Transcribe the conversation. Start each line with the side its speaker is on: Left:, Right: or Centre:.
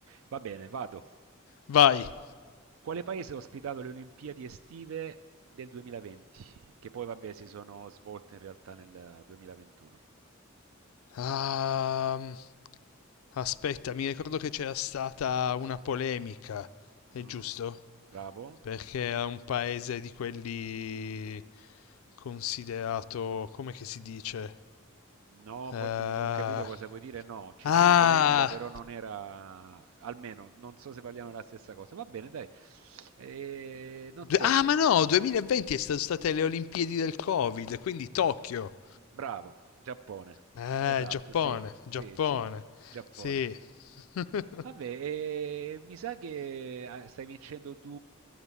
Right: Va bene, vado.
Left: Vai.
Right: Quale paese ha ospitato le Olimpiadi estive del 2020? Che poi, vabbè, si sono svolte in realtà nel 2021.
Left: Ehm, aspetta, mi ricordo che c'era stata una polemica, è
Right: Mm,
Left: giusto?
Right: bravo.
Left: Perché era un paese di quelli considerato, come che si dice?
Right: No,
Left: Eh,
Right: forse dis- ho capito cosa vuoi dire. No, ci
Left: ah,
Right: fu una polemica, però non era, almeno non so se parliamo della stessa cosa. Va bene, dai. Eh, non
Left: due-
Right: so,
Left: ah,
Right: di-
Left: ma no, 2020 è stato state le Olimpiadi del Covid, quindi Tokyo.
Right: bravo, Giappone.
Left: Eh,
Right: Esatto,
Left: Giappone,
Right: sì, sì,
Left: Giappone.
Right: sì, Giappone.
Left: Sì. <laughs>
Right: Vabbè, eh, mi sa che eh, stai vincendo tu